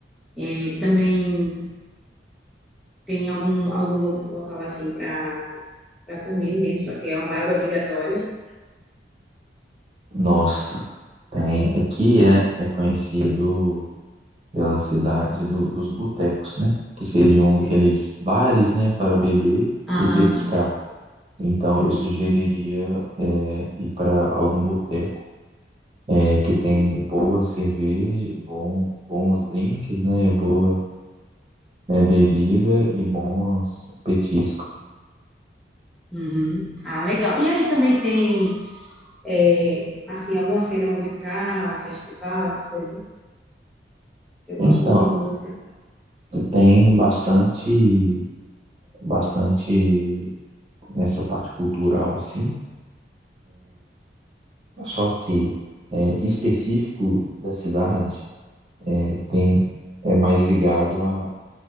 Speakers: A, in the centre; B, on the right.
A: É, também tem algum, algum lo- local assim para para comer mesmo, porque é uma parada obrigatória.
B: Nossa, tem aqui é, é conhecido pela cidade do- dos botecos, né? Que seriam
A: Sim.
B: aqueles bares, né, para beber
A: Aham,
B: e petiscar. Então
A: sim.
B: eu sugeriria é, ir para algum boteco é, que
A: Uhum.
B: tem boa cerveja, bom, bons drinks, né? Boa né, bebida e bons petiscos.
A: Uhum. Ah, legal. E aí também tem, é, assim, alguma cena musical, festival, essas coisas. Eu gosto
B: Então,
A: muito de música.
B: tem bastante, bastante nessa parte cultural, sim. Só que é, específico da cidade é, tem é mais ligado a,